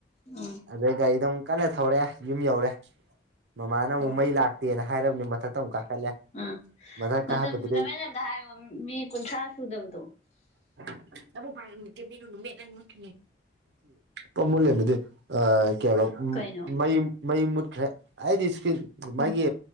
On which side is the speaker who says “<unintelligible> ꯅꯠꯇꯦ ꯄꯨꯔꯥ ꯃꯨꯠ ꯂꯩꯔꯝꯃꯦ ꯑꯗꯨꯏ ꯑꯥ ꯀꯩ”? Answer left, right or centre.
Right